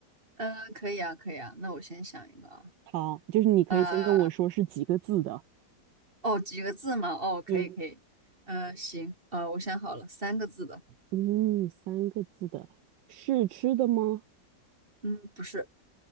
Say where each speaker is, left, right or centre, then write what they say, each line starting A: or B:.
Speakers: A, on the right; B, on the right.
A: 嗯，可以啊，可以啊。那我先想一个啊，
B: 好，就是你可以先跟我说是几个字的。
A: 呃，哦，几个字嘛？哦，可以可以。
B: 嗯，
A: 呃，行，呃，我想好了，三个字的。
B: 嗯，三个字的，是吃的吗？
A: 嗯，不是，